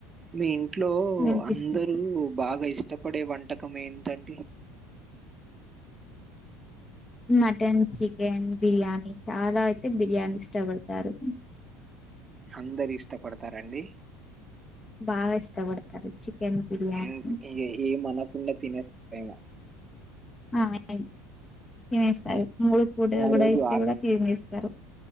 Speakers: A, on the right (about 20°); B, on the left (about 20°).
A: మీ ఇంట్లో
B: వినిపిస్తుంది
A: అందరు బాగా ఇష్టపడే వంటకం ఏంటండి?
B: మటన్, చికెన్, బిర్యానీ చాలా అయితే బిర్యానీస్ ఇష్ట పడతారు.
A: అందర్ ఇష్టపడ్తారండి.
B: బాగా ఇష్ట పడ్తారు చికెన్ బిర్యానీ.
A: ఏం- ఏ- ఏం అనకుండా తినేస్తారేమో
B: ఆ ఏఐ తినేస్తారు. మూడు పూటల్
A: ఆ
B: గుడా
A: రోజు
B: ఇస్తే
A: ఆకలి
B: గుడా తినేస్తారు.